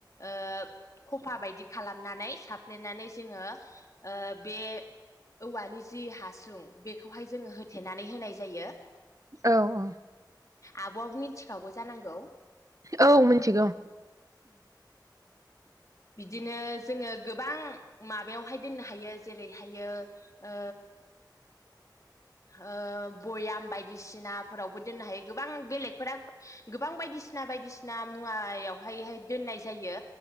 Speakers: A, on the left (about 45°); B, on the right (about 45°).
A: ओ खफा बादि खालामनानै साफ्लेनानै जोंङो ओ बे औवानि जि हासुं बेखौहाय जोङो हो थेनानै होनाय जायो
B: औ औ
A: आब' आबो मिथिखागौ जानांगौ
B: औ मिथिगौ
A: दिनो जोङो गोबां माबायावहाय दोननो हायो जेरैहायो ओ ओ भयाम बायदिसिनाफोरावबो दोननो हायो गोबां बेलेगफोरा गोबां बायदिसिना बायदिसिना मुवायावहायाय दोननाय जायो